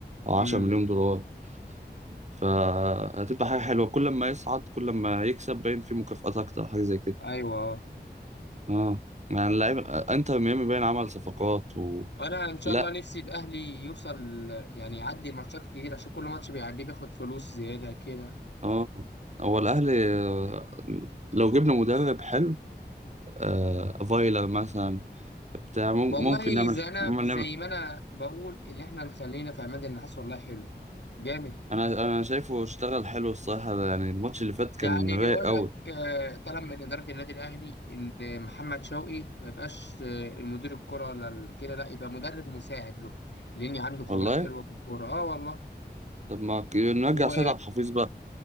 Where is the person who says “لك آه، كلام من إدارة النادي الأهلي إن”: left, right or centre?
Left